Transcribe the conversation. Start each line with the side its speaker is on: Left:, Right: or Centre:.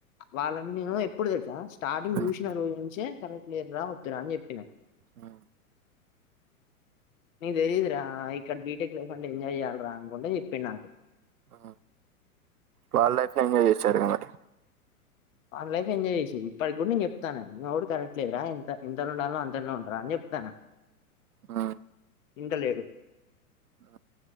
Left: వాళ్ళని మేము ఎప్పుడు తెలుసా స్టార్టింగ్
Right: మ్మ్
Left: చూసిన రోజు నుంచే కరెక్ట్ లేర్ర వద్దురా అని చెప్పినా
Right: అ
Left: నిక్ తెలీదురా ఇక్కడ బీటెక్ లైఫ్ అంటే ఎంజాయ్ చెయ్యాల్ర అనుకుంట చెప్పిండ్ నాకు
Right: ఆ వాల్ లైఫ్ ని ఎంజాయ్ చేసాడుగా మరి
Left: వాన్ లైఫ్ ఎంజాయ్ చేసేది ఇప్పటికి కూడా నేను చెప్తానఆమె కూడ కరెక్ట్ లేదు రా ఎంత ఎంతలో ఉండాలో అంతలో ఉంటరా అని చెప్ తన
Right: ఆ
Left: ఇంటలేరు
Right: ఆ